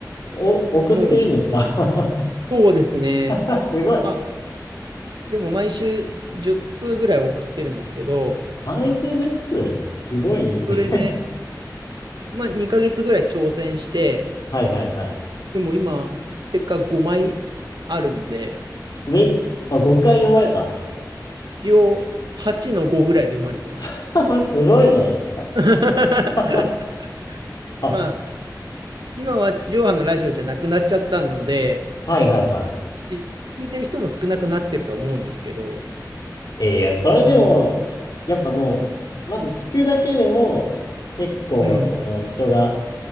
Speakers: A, on the left; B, on the right.
A: お、送ってるんですか
B: もう、そうですね。
A: <laughs> すごい。
B: まあ、でも毎週10通ぐらい送ってるんですけど、
A: 配信術すごいですね。
B: それで、
A: <laughs>
B: まあ、2ヶ月ぐらい挑戦して、
A: はいはいはい。
B: でも今、ステッカー5枚あるので、
A: め、あ、5回読まれた。
B: 一応8の5ぐらいで読まれてますね。
A: <laughs> すごいじゃないですか。
B: <laughs>
A: <laughs> あ、
B: まあ、今は地上波のラジオじゃなくなっちゃったので、
A: はいはいはい。
B: ち聞いてる人も少なくなってるとは思うんですけど、
A: えーいやそれでも、
B: うん、
A: やっぱもう、まず聞くだけでも、結構、
B: うん、
A: その人が